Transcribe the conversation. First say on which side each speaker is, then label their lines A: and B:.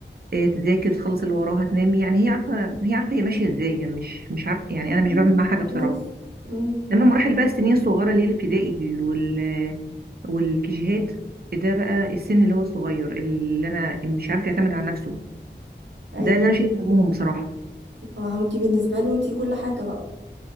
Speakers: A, on the right; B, on the right.
A: إيه، تذاكر تخلص اللي وراها تنام يعني هي عارفه هي عارفه هي ماشيه ازاي يعني مش مش عارفه يعني
B: طب
A: انا مش
B: والله
A: بعمل معاها حاجه بصراحه
B: كويس امم
A: لما مراحل بقى السنين الصغيره اللي هي الابتدائي دي وال والكيجيهات ده بقى السن اللي هو الصغير اللي انا مش عارف يعتمد على نفسه
B: ايوه
A: ده اللي انا شايل همهم بصراحه
B: اه انت بالنسبة له انت كل حاجة بقى